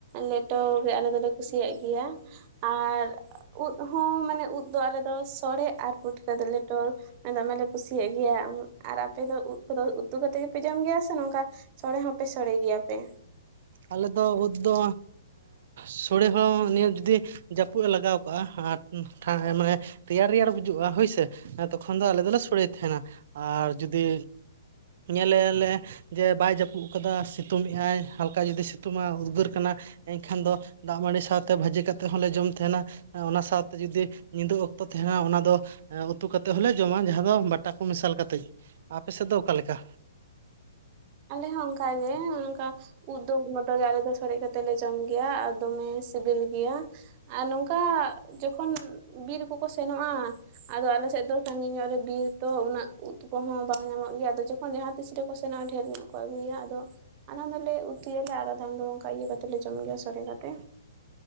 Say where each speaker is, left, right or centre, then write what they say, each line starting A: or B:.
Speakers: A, on the right; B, on the right.
A: ᱞᱮᱴᱚ ᱜᱮ ᱟᱞᱮ ᱫᱚᱞᱮ ᱠᱩᱥᱤᱭᱟᱜ ᱜᱮᱭᱟ ᱟᱨ ᱩᱫ ᱦᱚᱸ ᱢᱟᱱᱮ ᱩᱫ ᱫᱚ ᱟᱞᱮ ᱫᱚ ᱥᱚᱲᱮ ᱟᱨ ᱯᱩᱴᱠᱟᱹ ᱫᱚ ᱞᱮᱴᱚ ᱫᱚᱢᱮ ᱠᱩᱥᱤᱭᱟᱜ ᱜᱮᱭᱟ ᱟᱨ ᱟᱯᱮ ᱫᱚ ᱩᱫ ᱠᱚᱫᱚ ᱩᱛᱩ ᱠᱟᱛᱮᱫ ᱜᱮᱯᱮ ᱡᱚᱢ ᱜᱮᱭᱟ ᱥᱮ ᱱᱚᱝᱠᱟ ᱥᱚᱲᱮ ᱦᱚᱸᱯᱮ ᱥᱚᱲᱮ ᱜᱮᱭᱟ ᱯᱮ
B: ᱟᱞᱮᱫᱚ ᱩᱫᱽ ᱫᱚ ᱥᱳᱲᱮ ᱦᱚᱲ ᱱᱤᱭᱟᱹ ᱡᱩᱫᱤ ᱡᱟᱹᱯᱩᱫ ᱮ ᱞᱟᱜᱟᱣ ᱠᱟᱜᱼᱟ ᱟᱨ ᱢᱟᱱᱮ ᱨᱮᱭᱟᱲ ᱵᱩᱡᱩᱜᱼᱟ ᱦᱚᱭᱥᱮ ᱮᱸ ᱛᱚᱠᱷᱚᱱ ᱫᱚ ᱟᱞᱮ ᱫᱚᱞᱮ ᱥᱚᱲᱮ ᱮᱫ ᱛᱟᱦᱮᱱᱟ ᱟᱨ ᱡᱩᱫᱤ ᱧᱮᱞᱮᱞᱮ ᱡᱮ ᱵᱟᱭ ᱡᱟᱹᱯᱩᱫ ᱟᱠᱟᱫᱟ ᱥᱤᱛᱩᱝ ᱮᱜ ᱟᱭ ᱦᱟᱞᱠᱟ ᱫᱟᱠᱟ ᱡᱩᱫᱤ ᱥᱤᱛᱩᱝᱟ ᱩᱫᱽᱜᱟᱹᱨ ᱠᱟᱱᱟ ᱮᱱᱠᱷᱟᱱ ᱫᱚ ᱫᱟᱜ ᱢᱟᱹᱲᱤ ᱥᱟᱶᱛᱮ ᱵᱷᱟᱹᱡᱤ ᱠᱟᱛᱮᱫ ᱦᱚᱸᱞᱮ ᱡᱚᱢ ᱛᱟᱦᱮᱱᱟ ᱚᱱᱟ ᱥᱟᱶᱛᱮ ᱡᱩᱫᱤ ᱧᱤᱫᱟᱹ ᱚᱠᱛᱚ ᱛᱟᱦᱮᱱᱟ ᱚᱱᱟ ᱫᱚ ᱩᱛᱩ ᱠᱟ ᱠᱟᱛᱮᱫ ᱦᱚᱸᱞᱮ ᱡᱚᱢᱟ ᱡᱟᱦᱟᱸ ᱫᱚ ᱵᱟᱴᱟ ᱠᱚ ᱢᱮᱥᱟᱞ ᱠᱟᱛᱮᱫ ᱟᱯᱮ ᱥᱮᱫ ᱫᱚ ᱚᱠᱟᱞᱮᱠᱟ
A: ᱟᱞᱮ ᱦᱚᱸ ᱚᱱᱠᱟᱜᱮ ᱚᱱᱠᱟ ᱩᱫ ᱫᱚ ᱢᱚᱛᱚᱜ ᱜᱮ ᱟᱞᱮ ᱫᱚ ᱥᱚᱲᱮ ᱠᱟᱛᱮᱜ ᱞᱮ ᱡᱚᱢ ᱜᱮᱭᱟ ᱟᱨ ᱫᱚᱢᱮ ᱥᱤᱵᱤᱞ ᱜᱮᱭᱟ ᱟᱨ ᱱᱚᱝᱠᱟ ᱡᱚᱠᱷᱚᱱ ᱵᱤᱨ ᱠᱚᱠᱚ ᱥᱮᱱᱚᱜᱼᱟ ᱟᱫᱚ ᱟᱞᱮᱥᱮᱫ ᱫᱚ ᱥᱟᱺᱜᱤᱧ ᱧᱚᱜ ᱨᱮ ᱵᱤᱨ ᱛᱚ ᱩᱱᱟᱹᱜ ᱩᱫ ᱠᱚᱦᱚᱸ ᱵᱟᱝ ᱧᱟᱢᱚᱜ ᱜᱮᱭᱟ ᱟᱫᱚ ᱡᱚᱠᱷᱚᱱ ᱡᱟᱦᱟᱸ ᱛᱤᱥ ᱨᱮᱠᱚ ᱥᱮᱱᱚᱜᱼᱟ ᱰᱷᱮᱨ ᱧᱚᱜ ᱠᱚ ᱟᱹᱜᱩᱭᱟ ᱟᱫᱚ ᱟᱫᱚᱢ ᱫᱚᱞᱮ ᱩᱛᱩᱭᱟᱞᱮ ᱟᱨ ᱟᱫᱷᱟ ᱫᱚ ᱚᱱᱠᱟ ᱤᱭᱟᱹ ᱠᱟᱛᱮ ᱞᱮ ᱡᱚᱢ ᱜᱮᱭᱟ ᱥᱚᱨᱮ ᱠᱟᱛᱮ